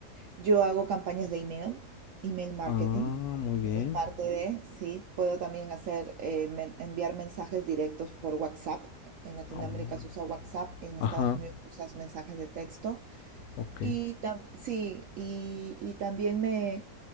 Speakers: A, on the right (about 65°); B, on the left (about 70°).
A: yo hago campañas de email, email marketing.
B: Ah, muy bien.
A: Esa es parte de, sí. Puedo también hacer, eh, men- enviar mensajes directos por WhatsApp. En Latinoamérica
B: Um,
A: se usa WhatsApp, en
B: Ajá.
A: Estados Unidos usas mensajes de texto.
B: Ok.
A: Y tam- sí, y, y también me